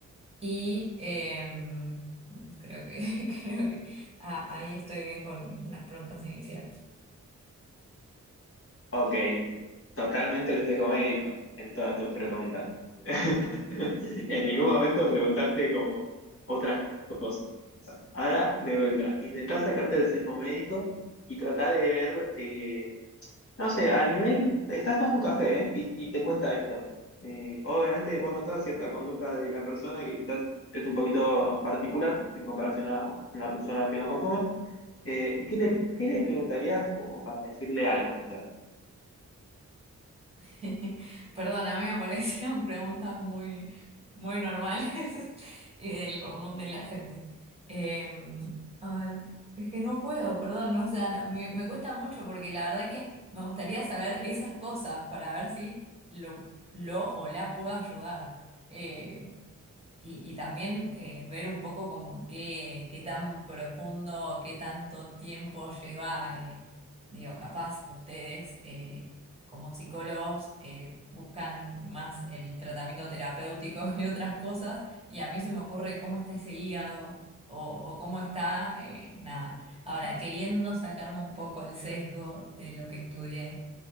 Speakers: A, on the right; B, on the left.
A: Y em, creo que, <laughs> creo que ah, ahí estoy bien con unas preguntas iniciales.
B: Ok, totalmente el sesgo médico en todas tus preguntas. <laughs> En ningún momento preguntaste como otras cosas. Ahora, de vuelta, intentá sacarte el sesgo médico y tratá de ver, eh, no sé, a nivel, estás tomando un café, ¿eh? y, y te cuenta esto. Eh, obviamente vos notás cierta conducta de la persona que quizás es un poquito particular en comparación a una persona que no consume, Eh, ¿qué le, qué le preguntarías como para decirle algo? quizás?
A: <laughs> Perdón, a mí me parecían <laughs> preguntas muy, muy normales <laughs> y del común de la gente. Eh, a ver, es que no puedo, perdón, no, o sea, no, me, me cuesta mucho porque la verdad que me gustaría saber esas cosas para ver si lo, lo o la puedo ayudar. Eh, y, y también eh, ver un poco como qué, qué tan profundo, qué tanto tiempo lleva, eh, digo, capaz ustedes eh, como psicólogos eh, buscan más el tratamiento terapéutico <laughs> y otras cosas, y a mí se me ocurre cómo está ese hígado o, o cómo está, eh, nada. Ahora, queriendo sacarme un poco el sesgo de lo que estudié,